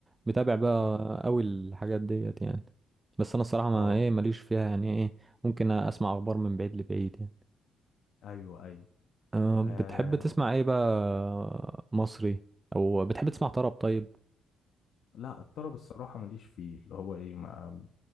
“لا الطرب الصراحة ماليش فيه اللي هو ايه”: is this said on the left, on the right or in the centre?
Left